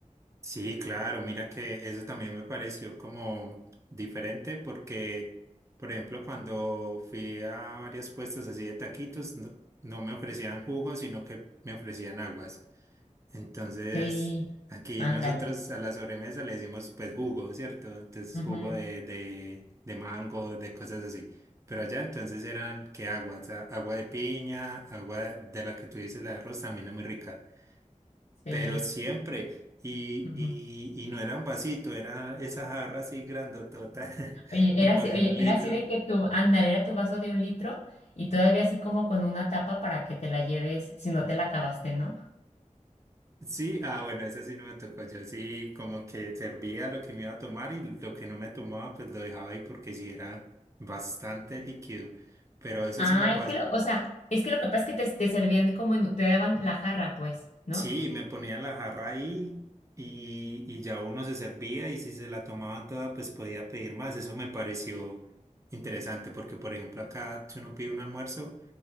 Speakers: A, on the right; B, on the left.
A: Sí, claro, mira que eso también me pareció como diferente porque, por ejemplo, cuando fui a varias puestas así de taquitos, no, no me ofrecían jugos, sino que me ofrecían aguas. Entonces,
B: Sí,
A: aquí
B: ándale.
A: nosotros a la sobremesa le decimos pues jugo, ¿cierto? Entonces,
B: Ujú,
A: jugo de, de, de mango, de cosas así. Pero allá entonces eran que aguas, a- agua de piña, agua de la que tú dices, la de arroz, también es muy rica
B: sí.
A: pero siempre. Y,
B: ujú.
A: y, y no era un vasito, era esa jarra así grandotota,
B: Oye,
A: <laughs> como
B: era así,
A: de
B: oye,
A: un litro.
B: era así de que tu, ándale, era tu vaso de un litro y todavía así como con una tapa para que te la lleves si no te la acabaste, ¿no?
A: Sí, ah, bueno, esa sí no me tocó. Yo sí, como que servía lo que me iba a tomar y lo que no me tomaba, pues lo dejaba ahí porque sí era bastante líquido. Pero eso
B: Ah,
A: sí me pasa.
B: es que lo, o sea, es que lo que pasa es que te, te servían como en, un- te daban la jarra, pues, ¿no?
A: Sí, me ponía la jarra ahí y, y ya uno se servía y si se la tomaba toda, pues podía pedir más. Eso me pareció interesante porque, por ejemplo, acá si uno pide un almuerzo,